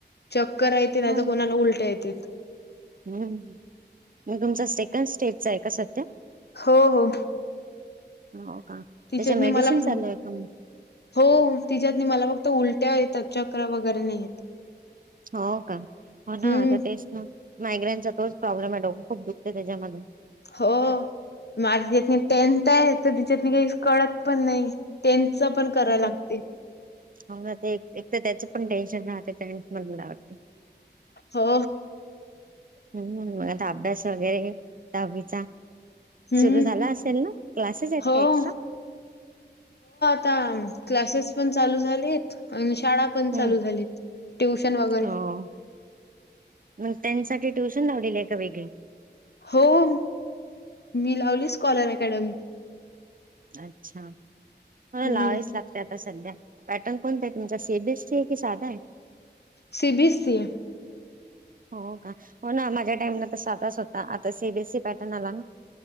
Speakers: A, on the left; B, on the right.
A: चक्कर येते, नाही
B: हो
A: तर कोणाला उलट्या येतेत.
B: हम्म, मग तुमचा सेकंड स्टेटचा आहे का सध्या?
A: हो हो.
B: हो का,
A: तिच्यातनी
B: त्याच्या मेडिसिन
A: मला फ-
B: चालु ये का मग?
A: हो तिच्यातनी मला फक्तं उलट्या येतात चक्र वगैरे नाही येत.
B: हो का, हो ना
A: हम्म
B: आता तेच ना मायग्रेनचा तोच प्रॉब्लेम आहे डोकं खूप दुखतेय त्याच्यामध्ये.
A: हो माझं त्यात टेन्थ आहे तर तिच्यातन काहीचं कळतं पण नाही ते तीच पण करा
B: हम्म
A: लागते.
B: हो ना ते एक तर त्याचं पण टेन्शन राहते टेन्थ म्हटल्यावरती.
A: हो
B: हम्म मग आता अभ्यास वगैरे, दहावीचा
A: हम्म
B: सुरु झाला असेल ना क्लासेस आहेत
A: हो
B: का एक्स्ट्रा?
A: हा क्लासेस पण चालू झालेत आणि शाळा पण
B: हम्म
A: चालू झाली, ट्युशन वगैरे
B: हो मग त्यांनसाठी ट्युशन लावलेली आहे का वेगळे
A: हो मी लावली स्कॉलर अकॅडमी
B: अच्छा म
A: हम्म
B: लावावीच लागतात सध्या पॅटर्न कोणत आहे तुमचा सीबीएसी आहे कि साधा आहे
A: सी बीस एस सी
B: हो का हो ना माझ्या टाइमला तस स्वतः होता आता सीबीएससी पॅटर्न आला ना